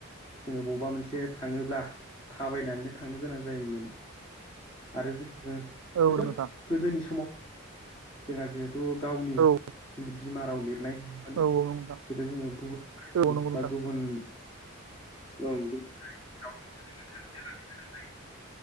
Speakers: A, on the left (about 20°); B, on the right (about 85°).
A: जोङो बबेबा मोनसे थाङोब्ला थाबायनानैनो थांनो गोनां जायोमोन। आरो जोङो
B: औ
A: जोबोद
B: नोंथां
A: गोदोनि समाव जोंहा जे थ' गावनि
B: औ
A: बिमा गाव लिर नाय गैयोमोन
B: औ औ नोंथां
A: जिथु जोङो गुबुन हारिनि
B: औ नंगौ
A: बा
B: नोंथां
A: गुबुन औ गुबुन हारिनि रावजोंसो जोङो सोलोंथाइ लानो गोनां जायोमोन।